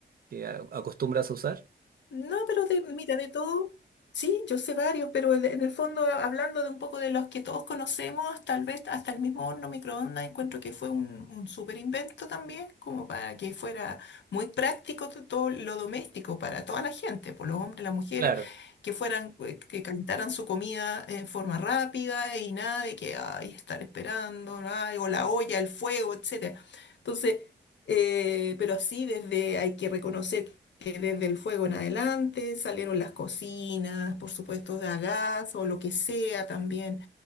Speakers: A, on the right (about 55°); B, on the left (about 75°).
A: que a- acostumbras a usar?
B: No, pero de, mira, de todo, sí, yo sé varios, pero el- en el fondo, a- hablando de un poco de los que todos conocemos, tal vez hasta el mismo horno microondas, encuentro que fue un, un súper invento también, como para que fuera muy práctico to- todo lo doméstico para toda la gente, por los hombres, las mujeres,
A: Claro,
B: que fueran, eh, que calentaran su comida en forma rápida y nada de que, ay, estar esperando, ay, o la olla, el fuego, etcétera. Entonces, eh, pero así desde hay que reconocer eh, desde el fuego en adelante, salieron las cocinas, por supuesto, de a gas o lo que sea también,